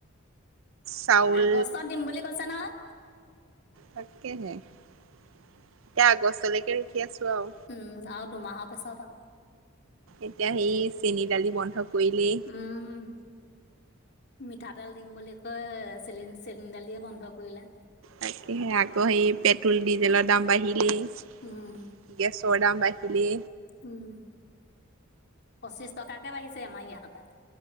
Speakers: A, on the right (about 75°); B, on the left (about 55°).
A: চাউল
B: আগষ্টত দিম বুলি কৈছো নহয়।
A: তাকেহে। এতিয়া আগছলৈকে ৰাখি আছো আৰু।
B: উম আৰু দুমাহৰ পিছত আৰু
A: এতিয়া সেই চেনী দালি বন্ধ কইলে
B: উম মিঠাতেল দিম বুলি কৈ চিল চিলিণ্ডাৰ দিয়ে বন্ধ কৰিলে।
A: তাকেহে আকৌ সেই পেট্ৰল ডিজেলৰ দাম বাঢ়িলেই।
B: উম
A: গেছৰ দাম বাই হিলে
B: উম পঁচিশ টকাকে বাঢ়িছে আমাৰ ইয়াতৰ পৰা